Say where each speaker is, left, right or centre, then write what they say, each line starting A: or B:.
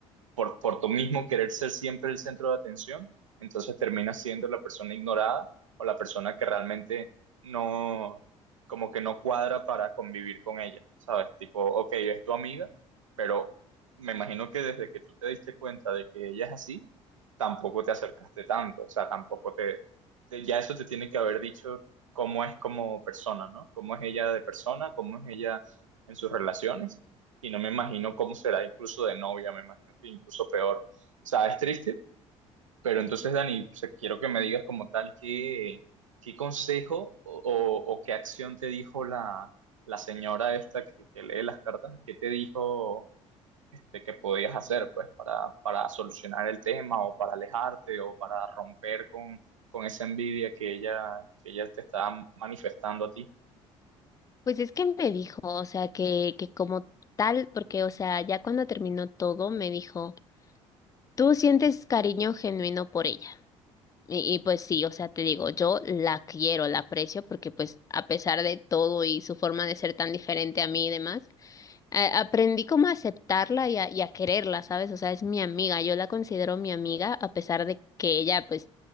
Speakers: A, on the right; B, on the left.
A: por, por tu mismo querer ser siempre el centro de atención, entonces terminas siendo la persona ignorada o la persona que realmente no, como que no cuadra para convivir con ella, ¿sabes? Tipo, ok, es tu amiga, pero me imagino que desde que tú te diste cuenta de que ella es así, tampoco te acercaste tanto, o sea, tampoco te, te- ya eso te tiene que haber dicho cómo es como persona, ¿no? Cómo es ella de persona, cómo es ella en sus relaciones y no me imagino cómo será incluso de novia, me imagino que incluso peor. O sea, es triste, pero entonces, Dani, o sea, quiero que me digas como tal qué, qué consejo o, o- o qué acción te dijo la, la señora esta que, que lee las cartas, qué te dijo este, que podías hacer pues para, para solucionar el tema o para alejarte o para romper con, con esa envidia que ella, que ella te está manifestando a ti.
B: pues es que me dijo, o sea, que, que como tal, porque, o sea, ya cuando terminó todo, me dijo, tú sientes cariño genuino por ella. Y, y pues sí, o sea, te digo, yo la quiero, la aprecio porque pues a pesar de todo y su forma de ser tan diferente a mí y demás. a- aprendí como a aceptarla y a, y a quererla, ¿sabes? O sea, es mi amiga, yo la considero mi amiga, a pesar de que ella, pues,